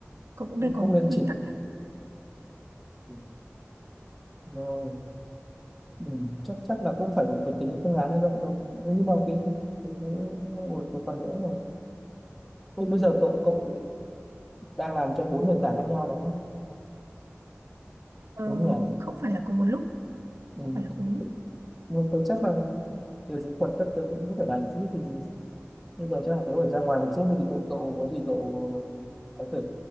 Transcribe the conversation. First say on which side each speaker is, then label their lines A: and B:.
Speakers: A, on the right; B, in the centre.
A: cậu cũng
B: cũng
A: nên có
B: cũng
A: những
B: nên
A: quy
B: chỉ
A: tắc ấy
B: ừ. rồi ừ, chắc chắc là cũng phải phải tính cái phương án như vậy thôi Thế nhưng mà cái cái, cái cái một, một phần nữa là thế bây giờ cậu cậu đang làm cho bốn nền tảng khác nhau đúng không
A: Ờ,
B: đúng nhỉ
A: không phải là cùng một lúc
B: ừ.
A: không phải là cùng một lúc
B: nhưng mà tôi chắc là về dịch thuật chắc tôi cũng có thể làm chứ thì bây giờ chắc là tôi phải ra ngoài một chút thì cậu cậu có gì cậu có thể